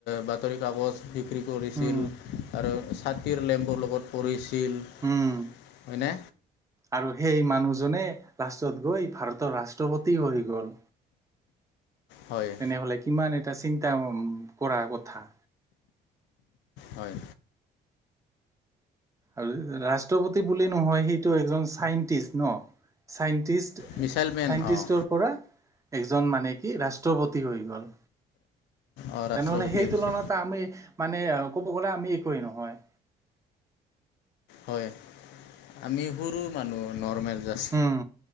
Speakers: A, on the left; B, on the right.
A: বাতৰি কাগজ বিক্ৰী কৰিছিল
B: উম
A: আৰু ছাতিৰ লেম্পৰ লগত পৰিছিল
B: উম
A: হয়নে?
B: আৰু সেই মানুহজনে লাষ্টত গৈ ভাৰতৰ ৰাষ্ট্ৰপতি হৈ গ'ল।
A: হয়
B: তেনেহলে কিমান এ এটা চিন্তা কৰাৰ কথা।
A: হয়
B: আৰু ৰাষ্ট্ৰপতি বুলি নহয়, সেইটো এজন চাইন্টিষ্ট ন চাইন। তিচ
A: মিছাইল মেন
B: চাইন্টিষ্টৰ
A: অঁ
B: পৰা এজন মানে কি ৰাষ্ট্ৰপতি হৈ গ'ল।
A: অঁ ৰাষ্ট্ৰপতি
B: তেনেহ'লে সেই
A: হৈছে
B: তুলনাত আমি মানে। ক'ব গ'লে আমি একোৱেই নহয়।
A: হয় আমি সৰু মানুহ নৰ্মেল। জাছ,
B: উম,